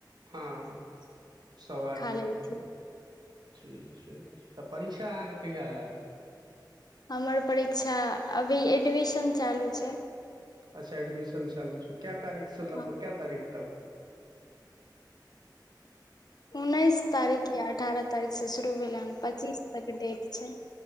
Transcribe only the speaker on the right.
हँ सभ आदमी
खेलियै ठीक छै तऽ परीक्षा अहाँके कहिया हेत
अच्छा एडमिशन चालू छै कौ तारीख से ल
कऽ क तारीख तक